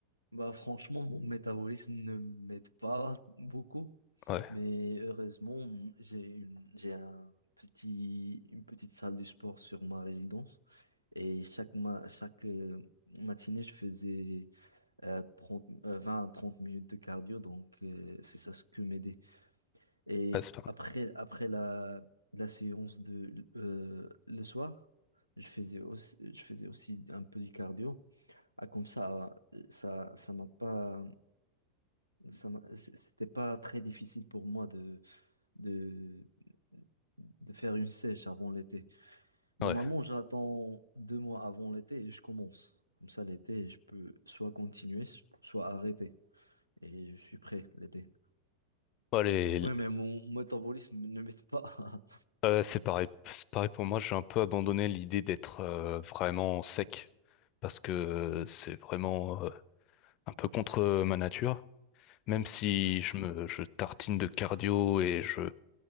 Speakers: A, on the right; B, on the left.
A: Bah, franchement, mon métabolisme ne m'aide pas beaucoup,
B: Ouais,
A: mais heureusement, j'ai une, j'ai un petit, une petite salle de sport sur ma résidence et chaque, ma, chaque euh, matinée, je faisais euh, 30, euh, 20 à 30 minutes de cardio, donc euh, c'est ça ce que m'aidait. Et
B: ouais, c'est pas
A: après, après la, la séance de euh, le soir, je faisais aussi, je faisais aussi un peu du cardio. Ah, comme ça, euh, ça, ça m'a pas, ça m'a- c- c'était pas très difficile pour moi de, de, de faire une sèche avant l'été. Normalement,
B: mal. Ouais.
A: j'attends deux mois avant l'été et je commence. Comme ça, l'été, je peux soit continuer, soit arrêter. Et je suis prêt l'été.
B: Bon, les-
A: Ouais, mais mon métabolisme ne m'aide pas. <laughs>
B: euh, c'est pareil, c'est pareil pour moi, j'ai un peu abandonné l'idée d'être euh, vraiment sec parce que euh, c'est vraiment euh, un peu contre ma nature. Même si je me, je tartine de cardio et je,